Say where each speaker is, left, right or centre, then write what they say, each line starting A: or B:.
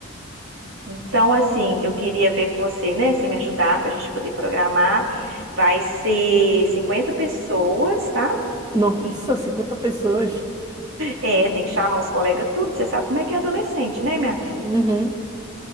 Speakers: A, on the right; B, on the right.
A: Então, assim, eu queria ver com você, né? Você me ajudar pra gente poder programar. Vai ser 50 pessoas, tá?
B: nossa,
A: E
B: cinquenta pessoas.
A: é, tem que chamar os colegas tudo. Você sabe como é que é adolescente, né, minha filha?
B: Uhum.